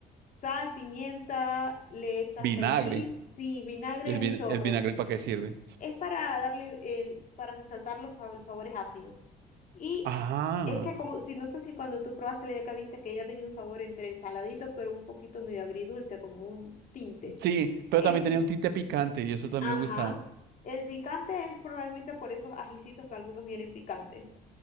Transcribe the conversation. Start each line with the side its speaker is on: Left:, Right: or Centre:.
Left: sal, pimienta, le echas
Right: Vinagre.
Left: perejil, sí, vinagre
Right: ¿Y el,
Left: un
Right: vin-
Left: chorro.
Right: el vinagre para qué sirve?
Left: Es para darle el, para resaltar los fa- los sabores ácidos. Y
Right: Ah,
Left: es que como, si no sé si cuando tú probaste la yaca viste que ella tenía un sabor entre saladito, pero un poquito medio agridulce, como un tinte.
Right: sí, pero
Left: Es,
Right: también tenía un tinte picante y eso también
Left: ajá.
Right: me gusta.
Left: El picante es probablemente por esos ajicitos que algunos vienen picantes.